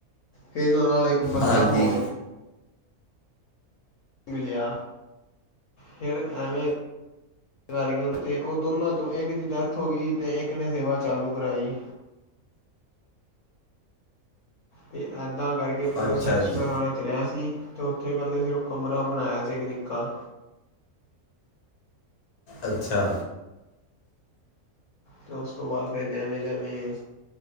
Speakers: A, on the left (about 65°); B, on the left (about 85°).
A: ਫਿਰ ਉਨਾਂ ਨਾਲ ਇੱਕ ਬੰਦਾ
B: ਹਾਂਜੀ
A: ਹੋਰ ਮਿਲਿਆ, ਫਿਰ ਐਵੇਂ ਕਰਕੇ ਉਨ ਤੇ, ਓਹ ਦੋਨਾਂ ਚੋਂ ਇੱਕ ਦੀ ਡੈਥ ਹੋ ਗਈ ਤੇ ਇੱਕ ਨੇ ਸੇਵਾ ਚਾਲੂ ਕਰਾਈ। ਤੇ ਇੱਹਦਾਂ ਕਰਕੇ ਪ੍ਰੋਸੈਸ
B: ਅੱਛਾ ਜੀ
A: ਇਹਨਾਂ ਦਾ ਚਲਿਆ ਸੀ। ਤੇ ਉੱਥੇ ਪਹਿਲੇ ਸਿਰਫ ਕਮਰਾ ਬਣਾਇਆ ਸੀ ਇੱਕ ਨਿੱਕਾ।
B: ਅੱਛਾ!
A: ਤੇ ਉਸ ਤੋਂ ਬਾਅਦ ਫਿਰ ਜੈਵੇਂ-ਜੈਵੇਂ